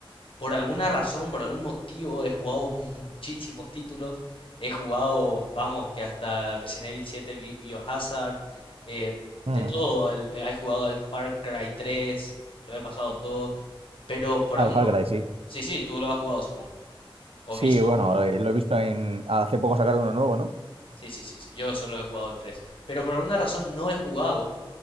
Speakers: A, on the left; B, on the right.
A: Por alguna razón, por algún motivo, he jugado muchísimos títulos. He jugado, vamos, que hasta Resident Evil 7, Bi- Biohazard, eh,
B: Mm.
A: de todo. El, he jugado al Far Cry 3, lo he pasado todo. Pero por alguno...
B: Al Far Cry, sí.
A: Sí, sí, tú lo has jugado, supongo. O
B: Sí,
A: visto.
B: bueno, eh, lo he visto en... Hace poco sacaron uno nuevo, ¿no?
A: Sí, sí, sí, sí. Yo solo he jugado el tres Pero por alguna razón no he jugado